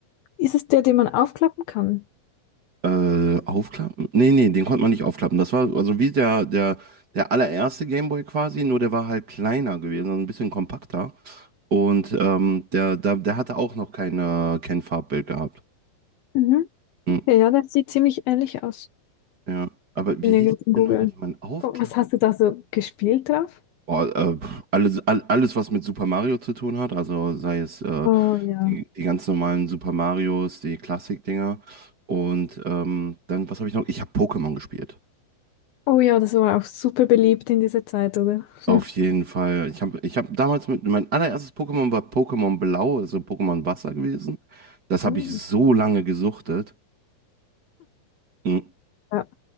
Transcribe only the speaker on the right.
Äh, aufklappen? Nee, nee, den konnte man nicht aufklappen. Das war also wie der, der, der allererste Gameboy quasi, nur der war halt kleiner gewesen, also ein bisschen kompakter. Und ähm, der, der, der hatte auch noch keine, kein Farbbild gehabt.
Hm,
ja. Aber
wie
hieß
denn nochmal, die man aufklappen?
Boah, äh, pf, alles, all, alles, was mit Super Mario zu tun hat, also sei es äh,
die, die ganz normalen Super Marios, die Klassik-Dinger. Und ähm, dann, was habe ich noch? Ich habe Pokémon gespielt.
Auf
jeden Fall. Ich habe ich hab damals mit, mein allererstes Pokémon war Pokémon Blau, also Pokémon Wasser gewesen. Das habe
ich so lange gesuchtet. Mm,